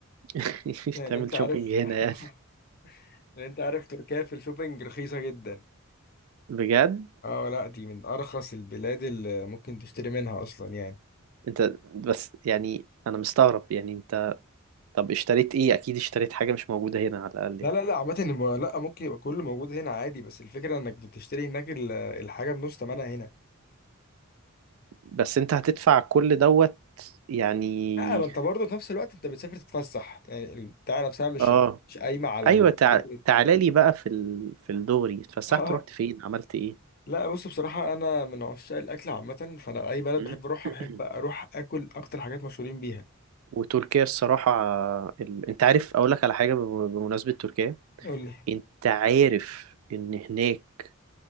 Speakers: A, on the right; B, on the left.
A: <laughs>
B: لان
A: تعمل
B: انت عارف
A: شوبينج هنا
B: <laughs>
A: يعني
B: لأن انت عارف تركيا في الشوبينج رخيصة جدا
A: بجد
B: اه لا دي من ارخص البلاد اللي ممكن تشتري منها اصلا يعني
A: انت بس يعني انا مستغرب يعني انت طب اشتريت ايه اكيد اشتريت حاجة مش موجودة هنا على الاقل
B: لا
A: يعني
B: لا لا عامة الم- لا ممكن يبقى كله موجود هنا عادي بس الفكرة انك بتشتري هناك ال- الحاجة بنص تمنها هنا
A: بس انت هتدفع كل دوت يعني
B: لا ما انت برضه في نفس الوقت انت بتسافر تتفسح يعني البتاع نفسها مش
A: اه
B: مش قايمة على
A: ايوه تع...
B: فكرة
A: تعالى لي بقى في ال... في الدغري
B: <laughs>
A: اتفسحت
B: اه
A: رحت فين عملت ايه
B: لا بص بصراحة أنا من عشاق الأكل عامة فأنا أي بلد
A: مم.
B: بحب أروحها
A: <clears throat>
B: بحب أروح آكل أكتر حاجات مشهورين بيها
A: وتركيا الصراحة ال... انت عارف اقول لك على حاجة بم- بمناسبة تركيا
B: قول لي
A: انت عارف ان هناك